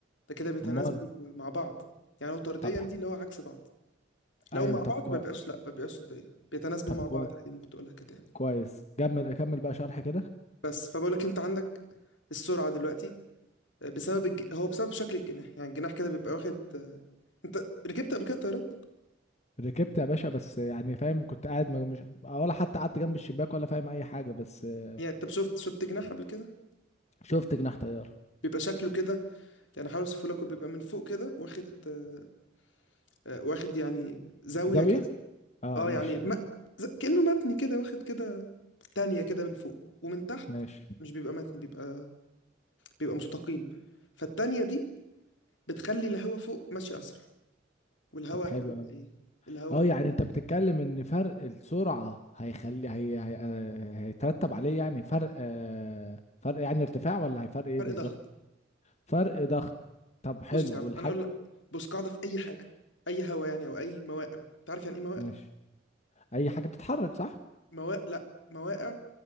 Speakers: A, on the left; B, on the left.
A: ده كده بيتناسبوا
B: امال
A: مع بعض يعني هو طرديا
B: طب
A: دي
B: ح-
A: اللي هو عكس بعض لو
B: ايوه
A: مع
B: طب
A: بعض
B: كويس
A: ما بيبقاش لا ما بيبقاش طرديا بيتناسبوا
B: طب
A: مع
B: كويس
A: بعض عادي ممكن تقولها كده يعني
B: كويس كمل كمل بقى شرح كده
A: بس فبقول لك أنت عندك السرعة دلوقتي آه، بسبب الج... هو بسبب شكل الجناح يعني الجناح كده بيبقى واخد آه، أنت ركبت قبل كده طيارات
B: ركبت يا باشا بس يعني فاهم كنت قاعد ما- مش ولا حتى قعدت جنب الشباك ولا فاهم اي حاجه بس آه،
A: يعني أنت شفت شفت جناح قبل كده
B: شفت جناح طياره
A: بيبقى شكله كده يعني حاول أوصفه لك بيبقى من فوق كده واخد آه، آه، واخد يعني زاوية
B: زاويه اه
A: اه
B: ماشي
A: يعني الم... ز- كأنه متن كده واخد كده تانية كده من فوق ومن تحت
B: ماشي
A: مش بيبقى متن بيبقى بيبقى مستقيم فالتانية دي بتخلي الهواء فوق ماشي أسرع والهواء
B: طب حلو
A: احنا قلنا
B: قوي
A: ايه الهواء
B: اه يعني انت بتتكلم ان فرق السرعه هيخلي هي... هي... آه، هيترتب عليه يعني فرق آه، فرق يعني ارتفاع ولا هيفرق ايه
A: فرق
B: بالظبط
A: ضغط
B: فرق ضغط طب حلو
A: بص يا عم
B: والحاجه
A: انا اقول لك بص قاعدة في اي حاجة اي هواء يعني او اي مواقع انت عارف يعني ايه مواقع
B: ماشي اي حاجه بتتحرك صح
A: مواقع لا مواقع